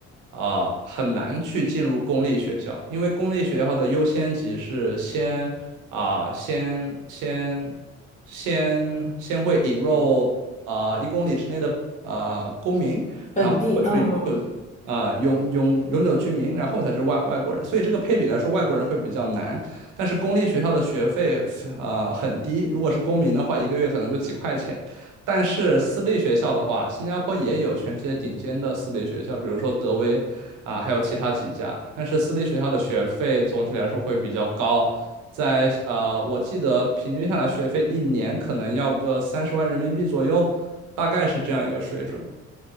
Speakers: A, on the right (about 85°); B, on the left (about 25°).
A: 啊、很难去进入公立学校，因为公立学校的优先级是先啊、先先先先会引入啊、一公里之内的啊、公民，
B: 本地，
A: 然后会是永久啊、
B: 嗯嗯。
A: 永永永久居民，然后才是外外国人，所以这个配比来说，外国人会比较难。但是公立学校的学费呃很低，如果是公民的话，一个月可能就几块钱。但是私立学校的话，新加坡也有全世界顶尖的私立学校，比如说德威啊、还有其他几家。但是私立学校的学费总体来说会比较高，在呃，我记得平均下来学费一年可能要个三十万人民币左右，大概是这样一个水准。